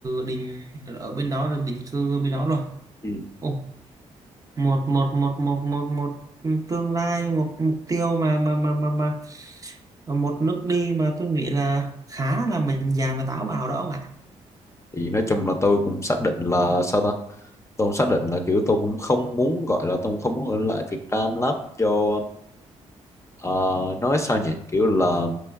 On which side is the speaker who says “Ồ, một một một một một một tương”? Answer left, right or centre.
Right